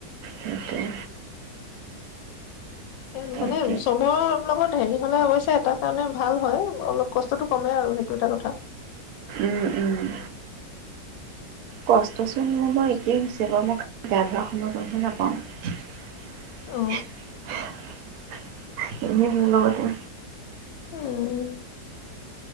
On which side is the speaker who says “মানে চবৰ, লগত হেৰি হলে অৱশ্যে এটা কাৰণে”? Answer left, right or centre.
Left